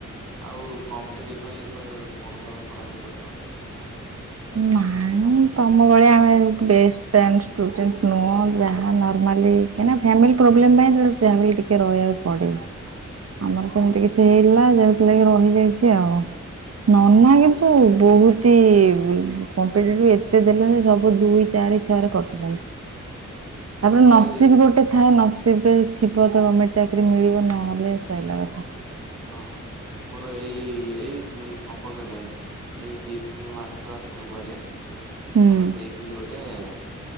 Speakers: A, on the right (about 85°); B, on the right (about 50°).
A: ଆଉ କମ୍ପ୍ଟିଟିଟ୍ ପାଇଁ ତ ପଢୁ ପଢାପଢି କରୁ ଥିବ ନା?
B: ନାଇଁ
A: ପକାପକି
B: ତମ ଭଳି
A: କରିନ
B: ଆମେ ବେସ୍- ଷ୍ଟାଣ୍ଡ୍ ନୁହଁ। ଯାହା ନର୍ମାଲି କାହିଁକିନା ଫାମିଲି ପ୍ରୋବ୍ଲେମ୍ ପାଇଁିଲ ଟିକେ ରହକୁ ପଡ଼େ
A: ହଁ ହଁ
B: ଆମର ସେମିତି କିଛି ହେଇଲା ଯେଉଁଥିଲାଗି ରହିଯାଇଛି ଆଉ। ନନା
A: ନା ମତେ
B: କିନ୍ତୁ ବହୁତି ଉ କମ୍ଟେଟିପି
A: ଅଛି
B: ଏତେ ଦେଲେନି ସବୁ ଦୁଇ ଚାରି ଛଅରେ କଟୁଛନ୍ତି ତାପରେ
A: ମୋର ପା
B: ନସିବି
A: ଏଇ ରି
B: ଗୋଟେ। ଥା ନସିବ୍ ରେ ଥିବ ତ ଗମେଣ୍ଟ୍ ଚାକିରି ମିଳିବ ନହେଲେ ସଇଲା କଥା
A: ହଁ ହଁ ମୋର ଏଇ ଏଇ ହବ କେବେ ଏଇ ଦି ତିନି ମାସ ପୂର୍ବରେ
B: ହୁଁ।
A: ମୋର ଦେଇଥିଲି ଗୋଟେ ଏଁ